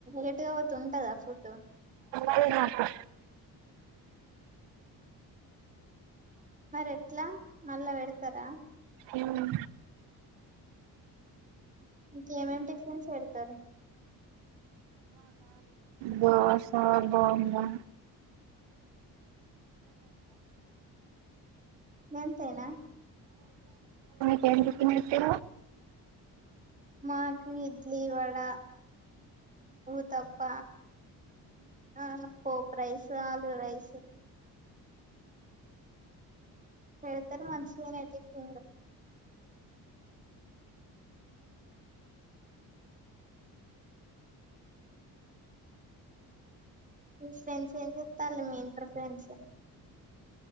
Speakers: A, on the right; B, on the right.
A: లేటుగా పోత ఉంటదా ఫుడ్డు
B: అే నాకు
A: మరి ఎట్లా మళ్ళా పెడతారా
B: మ్మ్
A: ఇంకేమేమి టిఫిన్స్ పెడతారు
B: దోశ బోండా
A: గంతెన
B: కేంకి నతు
A: మాకు ఇడ్లీ వడ ఊతప్ప ఆ పోపు రైస్ ఆలుూ రైస్ పెడతారు మంచిగానే టిఫిన్లు మీ ఫ్రెండ్స్ ఏం చెస్తాల మీ ఇంటర్ ఫ్రెండ్స్